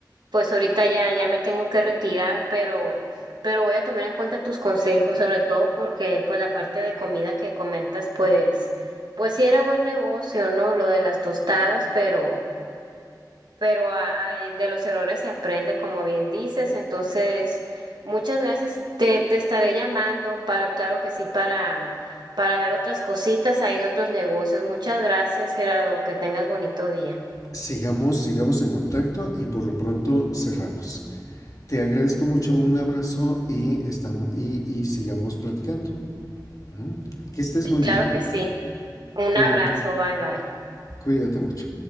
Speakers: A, on the right; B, on the left.
A: Pues ahorita ya, ya me tengo que retirar, pero, pero voy a tomar en cuenta tus consejos, sobre todo porque pues la parte de comida que comentas, pues, pues sí era buen negocio, ¿no? Lo de las tostadas, pero, pero a- a- de los errores se aprende, como bien dices. Entonces, muchas gracias. Te, te estaré llamando para, claro que sí, para, para ver otras cositas ahí de otros negocios. Muchas gracias, Gerardo. Que tengas bonito día.
B: sigamos, sigamos en contacto y por lo pronto cerramos. Te agradezco mucho, un abrazo y, estamos, y, y sigamos platicando. Ujú. Que estés muy
A: Claro
B: bien.
A: que sí. Un
B: Cuídate,
A: abrazo. Bye bye.
B: cuídate mucho.